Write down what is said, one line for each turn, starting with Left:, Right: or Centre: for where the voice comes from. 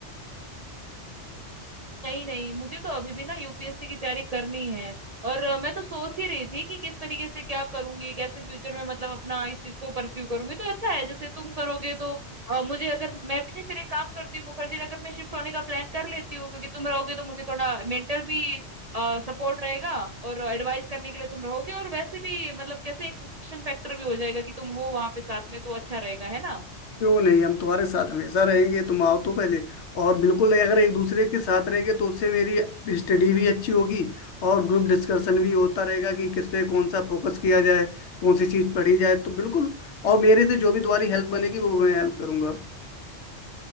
Right: नहीं नहीं मुझे तो अभी भी ना यूपीएससी की तैयारी करनी है और अ, मैं तो सोच ही रही थी कि किस तरीके से क्या करूंगी कैसे फ्यूचर में मतलब अपना इस चीज को परस्यू करूंगी तो अच्छा है जैसे तुम करोगे तो अ, मुझे अगर मैं भी फिर एक काम करती हूँ मुखर्जी नगर में शिफ्ट होने का प्लान कर लेती हूँ क्योंकि तुम रहोगे तो मुझे थोड़ा मेंटल भी सपोर्ट रहेगा और एडवाइस करने के लिए तुम रहोगे और वैसे भी मतलब कैसे एक प्रोटेक्शन फैक्टर भी हो जाएगा कि तुम हो वहां पे साथ में तो अच्छा रहेगा है ना
Left: क्यों नहीं हम तुम्हारे साथ हमेशा रहेंगे तुम आओ तो पहले और बिल्कुल अगर एक दूसरे के साथ रहेंगे तो उससे मेरी स्टडी भी अच्छी होगी और ग्रुप डिस्कशन भी होता रहेगा कि किस पे कौन सा फोकस किया जाए कौन सी चीज पढ़ी जाए तो बिल्कुल और मेरे से जो भी तुम्हारी हेल्प बनेगी वो मैं हेल्प करूंगा